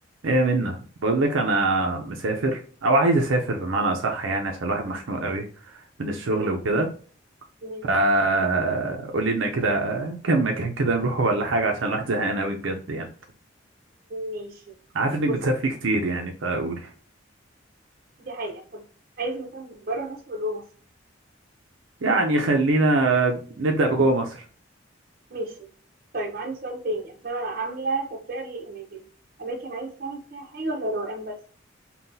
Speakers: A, on the right; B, on the right.
A: ايه منا بقول لك انا مسافر او عايز اسافر بمعنى اصح يعني عشان الواحد مخنوق قوي من الشغل
B: مهم.
A: وكده
B: مهم.
A: فا قولي لنا كده كم مكان كده نروحه ولا حاجه عشان الواحد زهقان قوي بجد يعني
B: ماشي
A: عارف انك
B: بص
A: بتسافري كتير يعني فقولي
B: دي حقيقة طب عايز مكان برا مصر ولا جوه مصر
A: يعني خلينا نبدا بجوه مصر
B: ماشي طيب عندي سؤال تاني عشان أنا عاملة تفرقة للأماكن أماكن عايز تعمل فيها حاجة ولا روقان بس